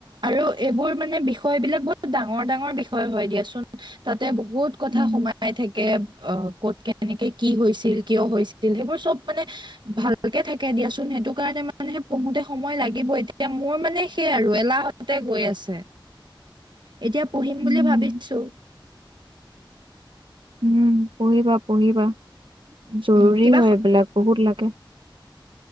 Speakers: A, on the right; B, on the right.
A: আৰু এইবোৰ মানে বিষয় বিলাক বহুত দাম ডাঙৰ ডাঙৰ বিষয় হয় দিয়াচোন তাতে বহুত কথা
B: উম
A: সোমাই থাকে অ তাকে ক'ত কেনেকে কি হৈছিল কিয় হৈছিল সেইবোৰ চব মানে ভালকে থাকে দিয়াচোন সেইটো কাৰণে মানেহে পঢ়োতে সময় লাগিবই এতিয়া মোৰ মানে সেইয়াই আৰু এলাহ গৈ আছে এতিয়া পঢ়িম
B: উম
A: বুলি ভাবিছো
B: উম পঢ়িবা পঢ়িবা জৰুৰী
A: উম কিবা
B: হয়
A: স-
B: এইবিলাক বহুত লাগে